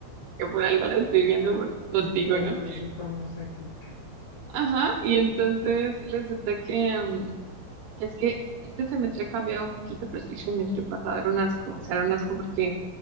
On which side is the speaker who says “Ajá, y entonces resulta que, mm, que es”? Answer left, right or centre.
Right